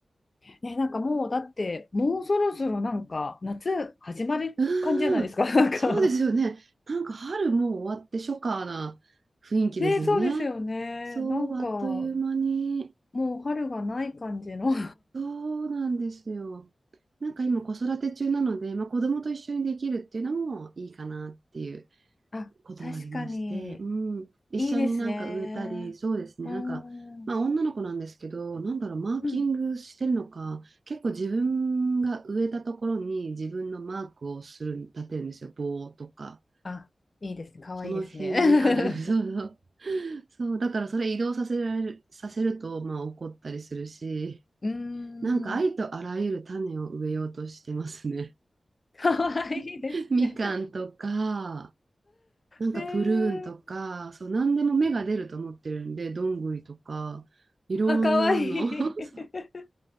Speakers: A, on the left; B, on the right.
A: え、ねえ、なんかもうだってもうそろそろなんか夏始まる感じじゃないですか。
B: うーん、
A: なんか
B: そうですよね。なんか春もう終わって初夏な雰囲気ですよね。
A: ねえ、そうですよね。
B: そう、
A: なんか
B: あっという間に。
A: もう春がない感じの。
B: そうなんですよ。なんか今子育て中なので、まあ、子供と一緒にできるっていうのもいいかなっていう
A: あ、
B: こともありまして、
A: 確かに。
B: うん、一緒になんか植えたり、
A: いいですね。
B: そうですね、
A: うーん。
B: なんか、まあ、女の子なんですけど、なんだろう、マーキングしてるのか、
A: うん。
B: 結構自分が植えたところに自分のマークをする、立てるんですよ、棒とか、
A: あ、いいですね。かわいいですね。
B: その辺にある、
A: <laughs>
B: <laughs> そうそう、そう、だからそれ移動させられる、させると、まあ怒ったりするし、
A: うーん。
B: なんかありとあらゆる種を植えようとしてますね。
A: かわいいですね。
B: <laughs> みかんとか、なんかプルーンとか、
A: ねえ。
B: そう、何でも芽が出ると思ってるんで、どんぐりとか、いろんなの。
A: あ、かわいい。
B: <laughs>
A: <laughs>